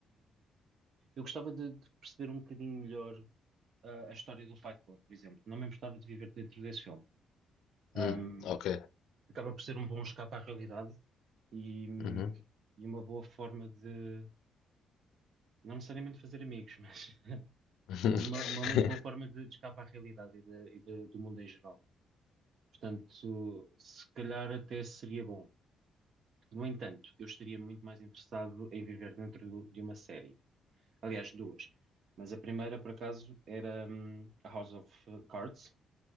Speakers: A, on the right; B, on the left.
A: Eu gostava de, de perceber um bocadinho melhor ah, a história do Fight Club, por exemplo. Não me importava de viver dentro desse filme. Ahm,
B: hum, ok.
A: acaba por ser um bom escape à realidade e, hum,
B: Uhum.
A: e uma boa forma de, não necessariamente fazer amigos, mas, <laughs>
B: <laughs>
A: mas uma, uma muito boa forma de, de escape à realidade e, de- e de- do mundo em geral. Portanto, se calhar até seria bom. No entanto, eu estaria muito mais interessado em viver dentro do- de uma série. Aliás, duas. Mas a primeira, por acaso, era hum, a House of Cards